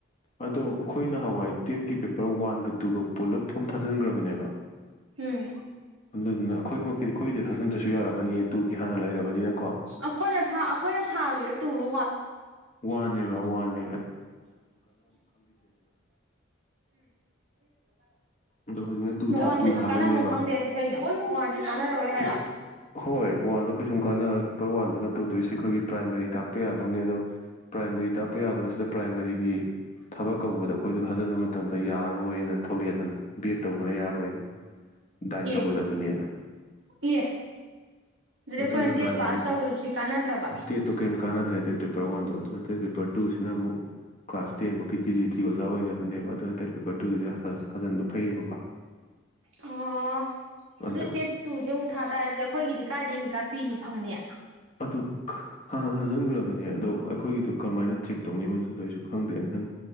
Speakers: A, on the left; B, on the right.
A: ꯑꯗꯣ ꯑꯩꯈꯣꯏꯅ ꯍꯋꯥꯏ ꯇꯦꯛꯀꯤ ꯄꯦꯄꯔ ꯋꯥꯟꯒ ꯇꯨꯒ ꯄꯨꯂꯞ ꯐꯣꯝ ꯊꯥꯖꯤꯟꯈ꯭ꯔꯕꯅꯦꯕ
B: ꯎꯝ
A: ꯑꯗꯨꯗꯨꯅ ꯑꯩꯈꯣꯏꯒꯤ ꯃꯤꯗꯤ ꯑꯩꯈꯣꯏꯒꯤꯗꯤ ꯊꯥꯖꯤꯤꯟꯗ꯭ꯔꯁꯨ ꯌꯥꯔꯃꯅꯤꯌꯦ ꯇꯨꯒꯤ ꯍꯥꯟꯅ ꯂꯩꯔꯕꯅꯤꯅꯀꯣ
B: ꯑꯩꯈꯣꯏꯅ ꯊꯥ ꯑꯩꯈꯣꯏꯅ ꯊꯥꯒꯤꯔ ꯇꯨꯔ
A: ꯋꯥꯟꯅꯦꯕ ꯋꯥꯦ ꯑꯗꯣ ꯍꯧꯖꯤꯛꯅ ꯇꯨ ꯊꯣꯛ
B: <inaudible>
A: ꯇꯨ ꯊꯥꯗꯣꯏꯅꯦꯕ
B: ꯀꯥꯟꯐꯝ ꯈꯪꯗꯦ ꯑꯩꯁꯦ ꯀꯩꯅꯣ ꯋꯥꯟꯁꯦ ꯀꯥꯟꯅꯔꯔꯣꯏ
A: ꯇ꯭ꯔꯤꯞ
B: ꯍꯥꯏꯔ
A: ꯍꯣꯏ ꯋꯥꯟꯗꯣ ꯀꯩꯁꯨꯝ ꯀꯥꯟꯅꯔꯣꯏ ꯄꯦꯄꯔ ꯋꯥꯟꯗꯨꯅ ꯇꯧꯗꯣꯏꯁꯦ ꯑꯩꯈꯣꯏꯒꯤ ꯄ꯭ꯔꯥꯏꯃꯥꯔꯤ ꯇꯥꯛꯄ ꯌꯥꯗꯧꯅꯤ ꯑꯗꯣ ꯄ꯭ꯔꯥꯏꯃꯔꯤ ꯇꯥꯛꯄ ꯌꯥꯗꯧꯁꯤꯗ ꯄ꯭ꯔꯥꯏꯃꯔꯤꯒꯤ ꯊꯕꯛ ꯀꯧꯕꯗ ꯑꯩꯈꯣꯏꯗꯣ ꯊꯥꯖꯤꯟꯕ ꯃꯇꯝꯗ ꯌꯥꯔꯣꯏꯅ ꯊꯣꯛꯂꯛꯑꯦꯗꯅ ꯕꯤ ꯑꯦꯗ ꯇꯧꯕꯅ ꯌꯥꯔꯣꯏꯅ ꯗꯥꯏꯠ ꯇꯧꯒꯗꯕꯅꯦꯅ
B: ꯑꯦ ꯑꯦ ꯑꯗꯨꯗꯤ
A: ꯑꯗꯨꯅ
B: ꯑꯩꯈꯣꯏꯅ ꯇꯦꯠ
A: ꯄ꯭ꯔꯥꯏꯃꯔꯤ
B: ꯄꯥꯁ ꯇꯧꯔꯨꯏꯁꯤꯗꯤ ꯀꯥꯟꯅꯗ꯭ꯔꯕ
A: ꯇꯦꯠꯇꯨ ꯀꯔꯤꯝ ꯀꯥꯟꯅꯗ꯭ꯔꯦ ꯄꯦꯄꯔ ꯋꯥꯟꯗꯣ ꯑꯗꯨ ꯇꯦꯠ ꯄꯦꯄꯔ ꯇꯨꯁꯤꯅ ꯑꯃꯨꯛ ꯀ꯭ꯂꯥꯁ ꯇꯦꯟꯐꯧꯀꯤ ꯇꯤ ꯖꯤ ꯇꯤ ꯑꯣꯖꯥ ꯑꯣꯏꯅꯕꯅꯦꯕ ꯑꯗꯨꯅ ꯇꯦꯠ ꯄꯦꯄꯔ ꯇꯨꯗꯗꯤ ꯁꯥꯖꯤꯟꯕ ꯐꯩꯌꯦꯕꯀꯣ
B: ꯑꯣ
A: ꯑꯗꯣ
B: ꯑꯗꯨ ꯇꯦꯠ ꯇꯨꯁꯦ ꯑꯃꯨꯛ ꯊꯥ ꯇꯥꯔꯦ ꯑꯗꯨꯗꯤ ꯑꯩꯈꯣꯏꯒꯤꯗꯤ ꯀꯥꯏꯗꯦ ꯃꯤꯀꯥ ꯅꯨꯄꯤꯏꯅꯤ ꯐꯪꯅꯦ
A: ꯑꯗꯨ ꯍꯅ ꯍꯖꯟꯒ ꯑꯗꯨ ꯑꯗꯣ ꯑꯩꯈꯣꯏꯒꯤꯗꯨꯣ ꯀꯃꯥꯏꯅ ꯆꯦꯛ ꯇꯧꯅꯤ ꯃ ꯑꯗꯨꯁꯨ ꯑꯩꯁꯨ ꯈꯪꯗꯦ ꯑꯝꯛꯇꯪ